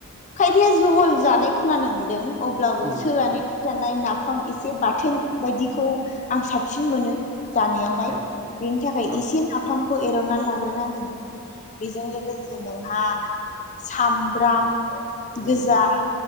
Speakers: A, on the left; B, on the right.
A: खायफाया जहल जानाय खोनानो मोन्दों। अब्लाबो
B: उम
A: सोलाने जानाय नाफाम एसे बाथोन बायदिखौ आं साब सिन मोनो जानायावहाय
B: औ
A: बेनि थाखाय
B: औ
A: एसे नाफाम खौ एरननानै लाग्रोनांगोन नोङो बेजों लोगोसेनो आ सामब्राम
B: उम
A: गोजा